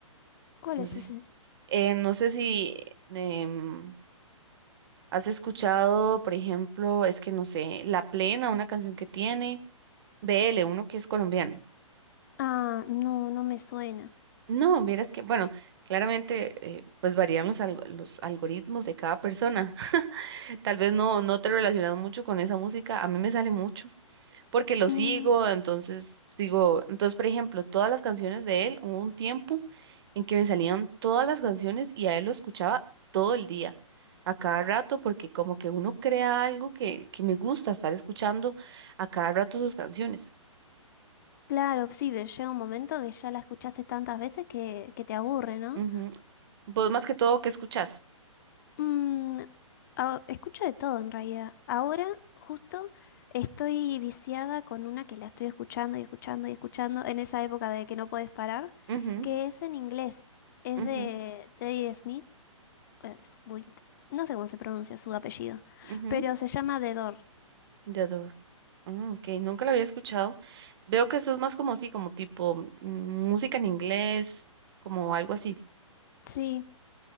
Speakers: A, on the left (about 35°); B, on the right (about 45°).
A: ¿cuál
B: No
A: es
B: sé,
A: ese?
B: si- eh, no sé si em, has escuchado, por ejemplo, es que no sé, La Plena, una canción que tiene BL, uno que es colombiano.
A: Ah, no, no me suena.
B: No, vieras que, bueno, claramente eh, pues varían los, alg- los algoritmos de cada persona. <laughs> Tal vez no, no te relacionas mucho con esa música, a mí me sale mucho, porque lo
A: Mm,
B: sigo, entonces sigo, entonces por ejemplo, todas las canciones de él, hubo un tiempo en que me salían todas las canciones y a él lo escuchaba todo el día, a cada rato, porque como que uno crea algo que, que me gusta estar escuchando a cada rato sus canciones.
A: claro, sí, pero llega un momento que ya la escuchaste tantas veces que, que te aburre, ¿no?
B: Ujú. Vos más que todo, ¿qué escuchás?
A: Mm, a- escucho de todo en realidad. Ahora, justo, estoy viciada con una que la estoy escuchando y escuchando y escuchando en esa época de que no puedes parar,
B: Ujú,
A: que es en inglés. Es
B: ujú,
A: de Teddy Smith, eh, Swift, No sé cómo se pronuncia su apellido,
B: ujú.
A: pero se llama The Door.
B: Yador. Mm, ok, nunca la había escuchado. Veo que eso es más como sí, como tipo mm, música en inglés, como algo así.
A: Sí,